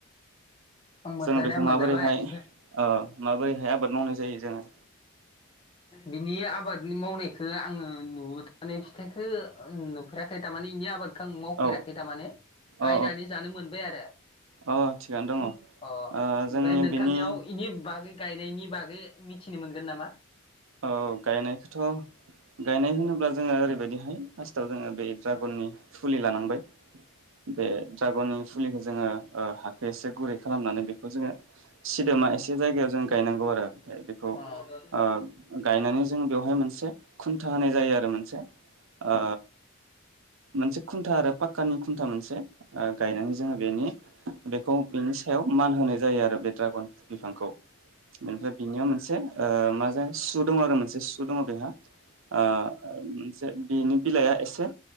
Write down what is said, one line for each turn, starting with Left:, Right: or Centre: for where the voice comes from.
Left: आं मोनजानाया
Right: जों बेखौ
Left: मोनजाबाय
Right: माबोरैहाय
Left: ओमफाय?
Right: ओ माबोरैहाय आबाद मावनाय जायो जोङो?
Left: बिनि आबादनि मावनायखो आङो नु <unintelligible> फिथाइखौ नुफेराखै थारमाने बिनि आबाद खो आं मावफेराखै
Right: औ
Left: थामाने बायनानै
Right: औ
Left: जानो मोनबाय आरो
Right: औ अ थिगानो दङ ओ
Left: अ ओमफ्राय
Right: जोंनि
Left: नोंथांनियाव
Right: बिनि
Left: इनि बागै गायनायनि बागै मिथिनो मोनगोन नामा?
Right: औ गायनायखोथ' गायनाय होनोब्ला जोङो ओरैबायदिहाय फार्स्टआव जोङो बे ड्रागननि फुलि लानांबाय। बे जागनि फुलिखो जोङो ओ हाग खो एसे गुरै खालामनानै बेखौ जोङो सिदोमा एसे जायगायाव जों गायनांगौ आरो फाय बेखौ
Left: अ
Right: ओ गायनानै जों बेवहाय मोनसे खुनथा होनाय जायो आरो मोनसे ओ मोनसे खुनथा आरो फा काननि खुनथा मोनसे ओ गायनानै जोङो बेनि बेखौ बिनि सायाव मान होनाय जायो आरो बे ड्रागन बिफांखौ बेनिफ्राय बिनियाव मोनसे ओ माजों सु दङ आरो मोनसे सु दङ बेहा। आ ओ मोनसे बिनि बिलाइया एसे